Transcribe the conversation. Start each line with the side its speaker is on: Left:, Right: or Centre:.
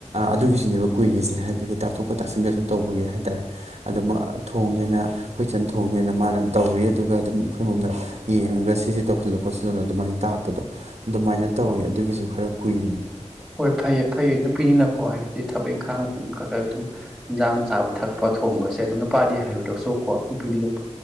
Right: ꯑꯗꯨꯒꯤꯁꯤꯅꯦꯕ ꯀꯨꯏꯔꯤꯁꯦ ꯍꯥꯏꯕꯗꯤ ꯇꯥꯛꯊꯣꯛꯀ ꯇꯥꯁꯤꯟꯒ ꯁꯨꯝ ꯇꯧꯕꯒꯤ ꯍꯥꯏ ꯇꯥꯔꯦ ꯑꯗꯣ ꯊꯣꯡꯅꯤꯅ ꯑꯩꯈꯣꯏ ꯏ ꯆꯟ ꯊꯣꯡꯅꯦꯅ ꯃꯥꯅ ꯇꯧꯔꯤ ꯑꯗꯨꯒ ꯑꯗꯨꯝ ꯑꯩꯈꯣꯏ ꯃꯝꯗ ꯌꯦꯡꯉꯒ ꯁꯤꯁꯦ ꯇꯧꯁꯤꯜꯂꯣ ꯈꯣꯠꯁꯤꯜꯂꯣ ꯑꯗꯨꯃꯥꯏꯅ ꯇꯥꯛꯄꯗꯣ ꯑꯗꯨꯃꯥꯏꯅ ꯇꯧꯔꯤ
Centre: ꯑꯣ
Right: ꯑꯗꯨꯒꯤꯁꯨ ꯈꯔ ꯀꯨꯏꯔꯤꯅꯤ
Centre: ꯍꯣꯏ ꯐꯩꯌꯦ ꯐꯩꯌꯦ ꯑꯩꯅ ꯄꯤꯅꯤꯅꯀꯣ ꯍꯥꯏꯕꯗꯤ ꯊꯕꯛ ꯏꯪꯈꯥꯡ ꯈ ꯈ ꯑꯗꯨꯝ ꯏꯟꯁꯥꯡ ꯆꯥꯕ ꯊꯛꯄ ꯊꯣꯡꯕꯁꯦ ꯑꯗꯨꯝ ꯅꯨꯄꯥꯗꯤ ꯍꯥꯏꯕꯗꯁꯨ ꯀꯣ ꯅꯨꯄꯤꯗꯤ ꯑꯗꯨꯝ